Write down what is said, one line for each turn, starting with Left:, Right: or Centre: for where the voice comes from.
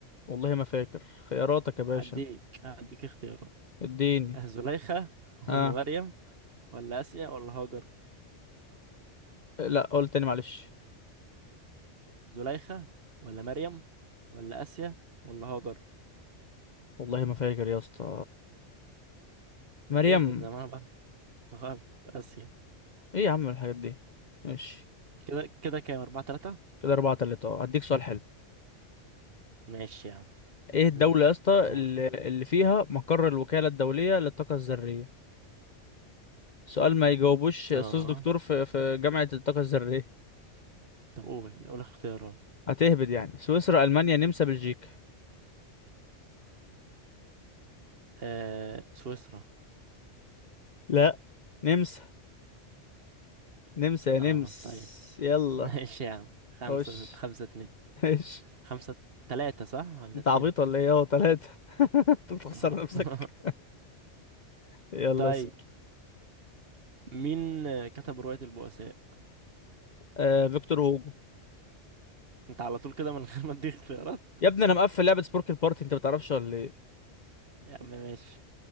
Left: والله ما فاكر خياراتك يا باشا
Right: هديك هديك اختيارات
Left: اديني
Right: آه، زليخة
Left: ها
Right: ولا مريم ولا آسيا ولا هاجر
Left: لا قول تاني معلش
Right: زليخة ولا مريم ولا آسيا ولا هاجر
Left: والله ما فاكر يا اسطى مريم
Right: ما تيه من زمان بقى غلط آسيا
Left: ايه يا عم الحاجات دي ماشي
Right: كده كده كام أربعة تلاتة
Left: كده أربعة تلاتة اه هديك سؤال حلو
Right: ماشي يا عم
Left: ايه الدولة
Right: مم.
Left: يا اسطى
Right: قول
Left: اللي, اللي فيها مقر الوكالة الدولية للطاقة الذرية سؤال ما يجاوبوش أستاذ
Right: اه
Left: دكتور في في جامعة الطاقة الذرية
Right: طب قول قول اختيارات
Left: هتهبد يعني سويسرا ألمانيا نمسا بلجيكا
Right: آه سويسرا
Left: لا نمسا نمسا يا
Right: اه
Left: نمس
Right: طيب
Left: يلا
Right: <laughs> ماشي يا عم خمسة
Left: خش
Right: خمسة اتنين
Left: ايش
Right: خمسة تلاتة صح ولا
Left: انت
Right: اتنين
Left: عبيط ولا ايه اهو تلاتة <laughs> انت بتخسر
Right: اه
Left: نفسك
Right: <laughs>
Left: يلا
Right: طيب
Left: اسأل
Right: مين كتب رواية البؤساء
Left: آه فيكتور هوجو
Right: انت على طول كده من غير ما اديك اختيارات
Left: يا ابني انا مقفل لعبة سبورك البارتي انت بتعرفش ولا ايه
Right: يا عم ماشي